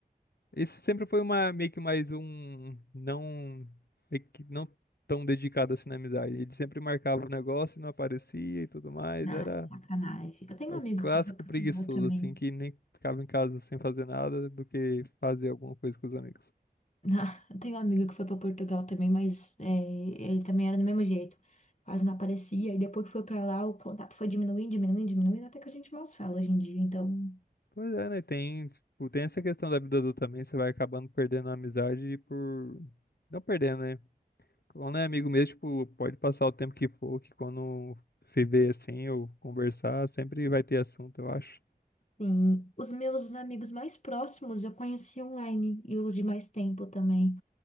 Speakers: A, on the left (about 80°); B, on the left (about 45°).
A: Isso sempre foi uma meio que mais um não meio que não tão dedicado assim na amizade. Ele sempre marcava o negócio e não aparecia e tudo mais.
B: Ah,
A: Era
B: é sacanagem. Eu tenho
A: é
B: um
A: o
B: amigo
A: clássico
B: que foi pra Portugal
A: preguiçoso
B: também.
A: assim que nem ficava em casa sem fazer nada do que fazer alguma coisa com os amigos.
B: <laughs> Não, eu tenho um amigo que foi para Portugal também, mas é, ele também era do mesmo jeito. Quase não aparecia. E depois que foi para lá, o contato foi diminuindo, diminuindo, diminuindo, até que a gente mal se fala hoje em dia. Então,
A: Pois é, né? Tem, tipo, tem essa questão da vida adulta também, você vai acabando perdendo a amizade por não perdendo, né? Quando é amigo mesmo, tipo, pode passar o tempo que for, que quando se vê assim ou conversar, sempre vai ter assunto, eu acho.
B: sim, os meus amigos mais próximos eu conheci online e os de mais tempo também.